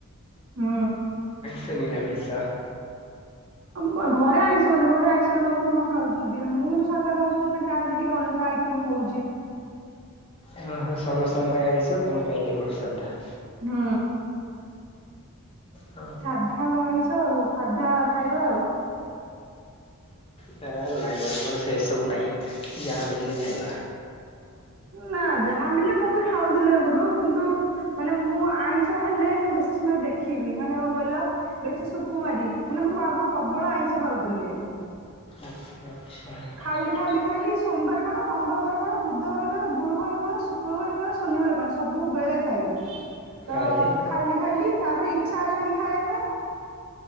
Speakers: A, on the right; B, on the left.
A: ହୁଁ।
B: ସୁନୀନା ମିର୍ଶ୍ରା।
A: ହଁ ଘରେ ଆଇଁଷ ହଉଚି, ଘରେ ଆଇଁଷ ହେଲେ ବାବା ମାମା ଖାଉଚନ୍ତି ମୁଁ କିନ୍ତୁ ସାଧା ଖାଉଚି ମୋ ପାଇଁ ତା ଟିକେ ଅଲଗା ଆଇଟମ୍ ହଉଚି।
B: ଓହୋ ସମସ୍ତଙ୍କ ପାଇଁ ଆଇଁଷ ତମ ପାଇଁ କେବଳ ସାଧା।
A: ହୁଁ।
B: ହ
A: ସାଧା ମଣିଷ ଆଉ ସାଧା ଖାଇବା ଆଉ।
B: ନା ନାହିଁ ଆମର ସେସବୁ ନାହିଁ। ଯାହା ମିଳିଲେ ଖାଇଦବା।
A: ନା ଯାହା ମିଳିଲେ ମୁଁ ବି ଖାଉଥିଲି ଆଗୁରୁ, କିନ୍ତୁ ମାନେ ମୁଁ ଆଇଁଷ ହେଲେ ମୁଁ ବେଶୀ ସ୍ମେ ଦେଖିବି ମାନେ କଣ କହିଲ ବେଶୀ ସୁୁକୁୁମାରି ମାନେ ମୁଁ ଆଗରୁ ପ୍ରବଳ ଆଇଁଷ ଖାଉଥିଲି।
B: ଆଚ୍ଛା ଆଚ୍ଛା।
A: ଖାଇଲି ଖାଇଲି ଖାଇଲି ସୋମବାର କଣ ମଙ୍ଗଳବାର କଣ ବୁଧବାର କଣ ଗୁରୁବାର କଣ ଶୁକ୍ରବାର କଣ ଶନିବାର କଣ ସବୁ ବେଳେ ଖାଇଲି। ତ
B: ଆରେ
A: ଖାଇଲି ଖାଇଲି ତାପରେ ଇଚ୍ଛା ହେଲାନି ଖାଇବା ପାଇଁ